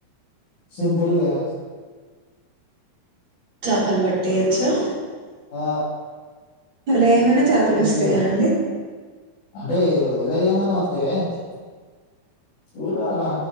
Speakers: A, on the left; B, on the right.
A: సింపుల్గా
B: చాపల్ బట్టేయొచ్చూ
A: ఆ
B: అలా ఏమైనా చాపలు వస్తయా
A: ఈజీగా
B: అండి
A: అంటే ఇగ వలెయ్యంగనే వత్తయా ఏంది. చూడాలా